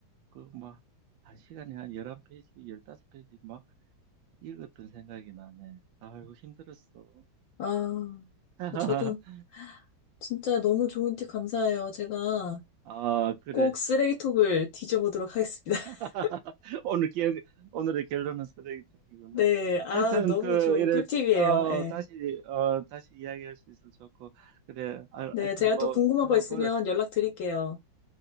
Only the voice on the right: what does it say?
그 막 한 시간에 한 11페이지, 15페이지 막 읽었던 생각이 나네. 아이고 힘들었어.
<laughs>
아, 그래.
<laughs> 오늘 기억, 오늘의 결론은 쓰레기통이구나.
하여튼,
그,
이래,
어,
다시, 어, 다시 이야기할 수 있어서 좋고, 그래. 아,
하여튼,
뭐,
그럼,
그래.